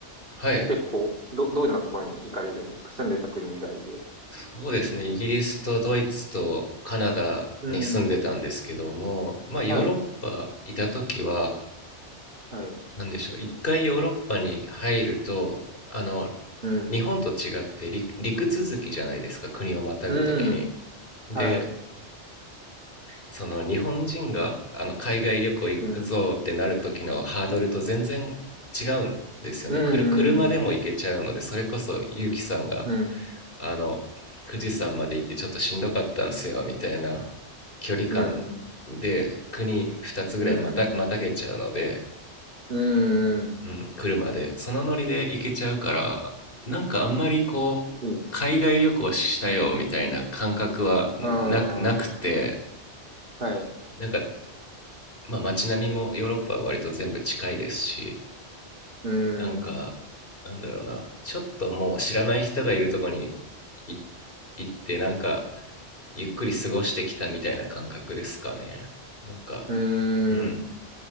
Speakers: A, on the left; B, on the right.
A: はい。
B: 結構、ど、どんなところに行かれるんですか住んでた国以外で。
A: そうですね。イギリスとドイツとカナダに住んでたんですけども、
B: うん。
A: まあヨーロッパいた時は、
B: はい、はい。
A: なんでしょう。一回ヨーロッパに入ると、あの、
B: うん。
A: 日本と違って陸、陸続きじゃないですか。国をまたぐ時に。
B: うん。
A: で、
B: はい。
A: その日本人があの海外旅行行くぞってなる時のハードルと全然違うんですよね。
B: うん。うん、
A: くる車でも行けちゃうので、
B: うん、
A: それこそ結城さんが
B: うん、
A: あの富士山まで行ってちょっとしんどかったんですよみたいな距離感
B: うん、
A: で国2つぐらいまたまたげちゃうので、
B: うん、うん、
A: うん、車でそのノリで行けちゃうからなんかあんまりこう海外旅行したよみたいな感覚はなくなくて
B: いいです。ああ、はい。
A: なんか、まあ、街並みもヨーロッパは割と全部近いですし
B: うん、
A: なんか、なんだろうな、ちょっともう知らない人がいるとこにい行って、なんか、ゆっくり過ごしてきたみたいな感覚ですかね。なんか、
B: う
A: うん、
B: ん、